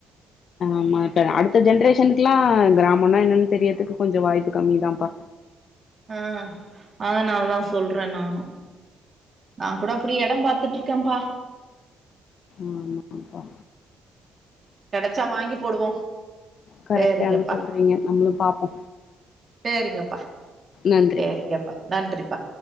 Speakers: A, on the left (about 60°); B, on the right (about 40°).
A: ஆமா இப்ப அடுத்த ஜென்ரேஷன்க்ல்லா கிராமனா என்னன்னு தெரியரதுக்கு கொஞ்சோ வாய்ப்பு கம்மிதாப்பா
B: ஆ அதனால தா சொல்றே நானு நா கூட அப்டி எடொ பாத்துட்டுருக்கேப்பா
A: ஆமாப்பா
B: கிடச்சா வாங்கி போடுவோ
A: கரெக்டாத
B: சேரிங்கப்பா
A: சொல்றீங்க நம்மளு பாப்போ
B: சேரிங்கப்பா
A: நன்றி
B: சேரிங்கப்பா நன்றிப்பா